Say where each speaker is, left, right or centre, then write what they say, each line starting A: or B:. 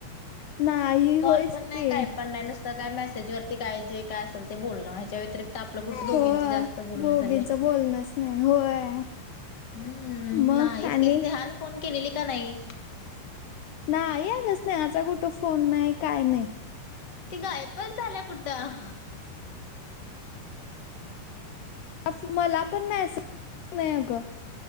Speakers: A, on the left (about 70°); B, on the left (about 25°).
A: नाही.
B: कॉल
A: होयच
B: पण नाही
A: की
B: काही पण नाही नुसतं काय मेसेज वरती काय जे काय असल ते बोलणं ह्याच्या व्यतिरिक्त आपलं कुठं दोघींच
A: होय
B: जास्त बोलणं
A: दोघीचं
B: झालंय.
A: बोलणच नाही होय.
B: हम्म
A: मग
B: नाहीच
A: आणि
B: की स्नेहान फोन केलेलिका नाही?
A: नाही आग स्नेहाचा कुठं फोन नाही काय नाही.
B: ती गायपच झाल्या कुठं.
A: अ मला पण मेसेज नाही अगं.